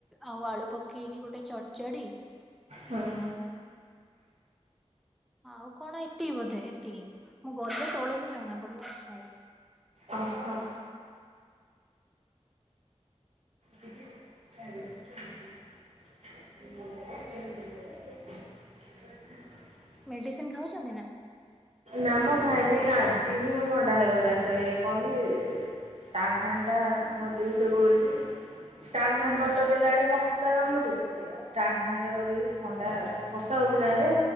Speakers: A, in the centre; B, on the right.
A: ଆଉ ଆଳୁ ପକେଇକି ଗୋଟେ ଚଡଚଡି
B: ହଁ।
A: ଆଉ ଆଉ କଣ ଏତିକି ବୋଧେ ଏତିକି ମୁଁ ଗଲେ ତଳକୁ ଜଣା ପଡିବ ଖା
B: ଓ ହୋ। ଦଦି ହାଲୋ। <unintelligible> <unintelligible>
A: ମେଡିସିନ ଖାଉଚନ୍ତି ନା‌?
B: ନାମ ଖାଇନି ଆଜି ହିଁ ଥଣ୍ଡା ହେଇଗଲା ସେ କଣ କି ଷ୍ଟାଣ୍ଡ ଫାନ୍ ଟା ମୁହଁରେ ଦେଇ କି ଶୋଇ ପଡୁଚି। ଷ୍ଟାଣ୍ଡ ଫାନ୍
A: ହୁଁ
B: ନ ଲଗେଇଲେ ଆଡେ ମଶା କାମୁଡିଚନ୍ତି। ଷ୍ଟାଣ୍ଡ ଫ୍ୟାନ୍ ଦେଇଦେବି ଥଣ୍ଡା, ବର୍ଷା ହୋଉଚି ନା ଏବେ